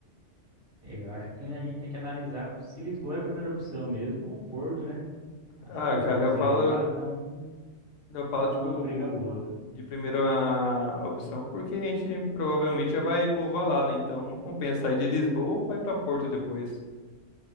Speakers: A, on the right (about 30°); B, on the left (about 85°).
A: Eu acho que a gente tem que analisar se Lisboa é a primeira opção mesmo, ou Porto, né? Acho
B: Ah,
A: que as
B: cara,
A: duas
B: eu falo,
A: aí ba- dão,
B: eu falo,
A: dão
B: tipo,
A: uma briga boa.
B: de primeira opção, porque a gente provavelmente já vai povoar lá, né? Então não compensa sair de Lisboa pra ir pra Porto depois.